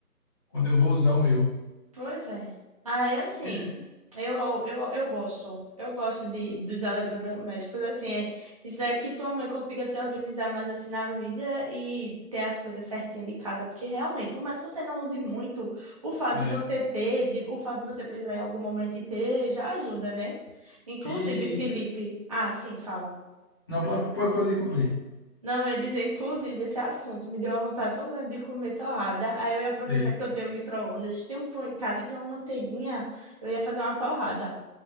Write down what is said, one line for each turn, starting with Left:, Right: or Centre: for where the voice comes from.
Left: quando eu vou usar o meu.
Right: Pois é. Aí, assim,
Left: Entendeu?
Right: eu, eu, eu gosto. Eu gosto de, dos eletrodomésticos, assim. É, espero que tua mãe consiga se organizar mais, assim, na vida e ter as coisas certinhas de casa. Porque, realmente, por mais que você não use muito, o fato
Left: É.
Right: de você ter, de- o fato de você precisar em algum momento e ter, já ajuda, né? Inclusive,
Left: E.
Right: Felipe... Ah, sim, fala.
Left: Não, pode, pode pode concluir.
Right: Não, eu ia dizer, inclusive, esse assunto me deu uma vontade tão grande de comer torrada. Aí eu ia aproveitar
Left: É,
Right: que eu tenho um micro-ondas, tem um pão em casa e tem uma manteiguinha, eu ia fazer uma torrada.